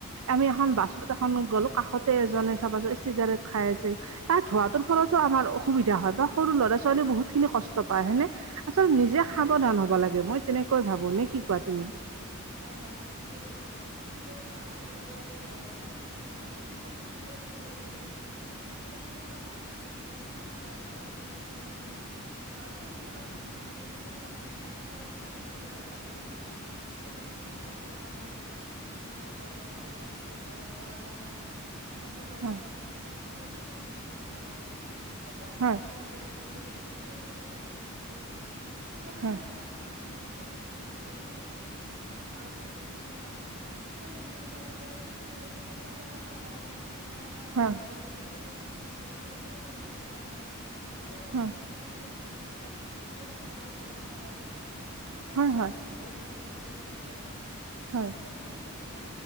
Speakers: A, on the right; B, on the right.
A: হয়
B: আমি
A: হয়
B: এখন বাচ ত এখন গ'লো, কাষতে এজনে চাবা চিগাৰেট খাই আছে তাত ধোৱাটোৰ ফলতো আমাৰ অ সুবিধা হয় বা সৰু ল'ৰা - ছোৱালীয়ে বহুত খিনি কষ্ট পায় হয়নে? আচল নিজে
A: হয় হয়
B: সাৱধান হ'ব লা যে মই তেনেকৈ ভাবো নে কি কোৱা তুমি?
A: হয় হয় তুমি ঠিকেই কৈছা। এতিয়া চোৱা, আমি ধৰি লোৱা ইয়াত প্লাষ্টিকবোৰ যায়, আমি সেইবিলাক ৰিইউজ কৰিব পাৰো হয় নে নহয়? আজিকালি কিমান মানুহে মানে কিমান ল'ৰা- ছোৱালী আছে যিসকলে মানে ঘৰতে কিছুমান মেচিন আনি কিনে সেই প্লাষ্টিকবিলাক আকৌ ৰিইউজৰ ব্যৱস্থা কৰিছে। কিছুমানে হয় কাৰ পেট বনাইছে কিছুমানে ঘৰ মোচা বনাই আছে ঘৰত পৰা বনাইছে। বা সজাই
B: হয়
A: থোৱা বস্তু বনাইছে বহুত ধৰণৰ বস্তু বনাব পাৰি হয় নে সেই প্লাষ্টিক
B: হয়
A: বিলাক,,, ৰছী বনাই আছে সেইটো এটা বিজনেচ কৰি আছে সেইবোৰ এনেকুৱা,,,
B: হয়
A: আমাৰ মানে মিডিল ক্লাছ মানুহে বহুত এনেকে মানে ঘৰতে মেচিন বিলাক আনি কিনে সেই মেচিন টো আনিলে মানে ধৰি লওক কোনোবা এটা কামো পাল মই দুটা মানুহক
B: হয়
A: মাতি আনিলো সিহঁতে কাম কৰিলে সিহঁতেও পইচা পালে তাৰ পৰা বা সেই,,, প্লাষ্টিক
B: হো
A: খিনি যে ইউজ হ'ল প্লাষ্টিক খিনিৰো এটা ভাল ব্যৱহাৰ এটা হল হয়নে? প্লাষ্টিক
B: হয়
A: বস্তুটো গ'লি নাযাই পচি নাযায় সেইবোৰতো
B: হয়
A: তেনেকেই থাকি যায়